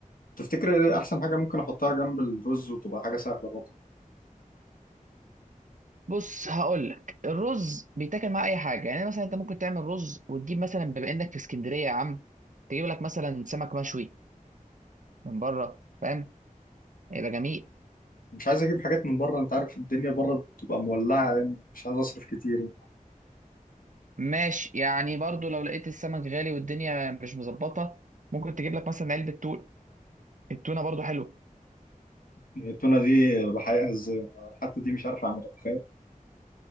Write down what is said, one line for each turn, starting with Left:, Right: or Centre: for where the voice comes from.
Left: تفتكر ايه احسن حاجه ممكن احطها جنب الرز وتبقى حاجه سهله برضه
Right: بص هقول لك الرز بيتاكل مع اي حاجه يعني مثلا انت ممكن تعمل رز وتجيب مثلا بما انك في اسكندريه يا عم تجيب لك مثلا سمك مشوي من بره فاهم هيبقى جميل
Left: مش عايز اجيب حاجات من بره انت عارف الدنيا بره بتبقى مولعه يعني مش عايز اصرف كتير
Right: ماشي يعني برضو لو لقيت السمك غالي والدنيا مش مظبطه ممكن تجيب لك مثلا علبه تونه التونه برضو حلوه
Left: يعني التونه دي بحقيقه ازاي أنا حتى دي مش عارف اعملها تخيل